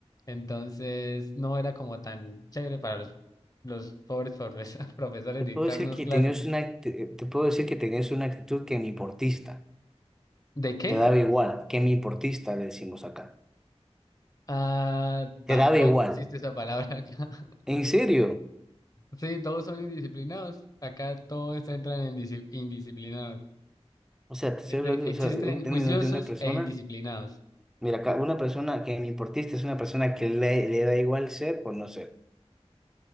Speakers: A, on the left; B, in the centre.
A: Entonces, no era como tan chévere para los, los pobres profes- <laughs> profesores
B: Te
A: dictarnos
B: puedo decir que
A: clases.
B: tenías una, act- te puedo decir que tenías una actitud que me importista.
A: ¿De qué?
B: Te daba igual, que me importista, le decimos acá.
A: Ah, tampoco
B: Te daba igual.
A: existe esa palabra acá. <laughs>
B: ¿En serio?
A: Sí, todos son indisciplinados. Acá todos entran en disci- indisciplinados.
B: O sea, te estoy
A: Este,
B: hablando, o
A: existen
B: sea, un término
A: juiciosos
B: de una persona.
A: e indisciplinados.
B: Mira, ca- una persona que me importista es una persona que le, le da igual ser o no ser,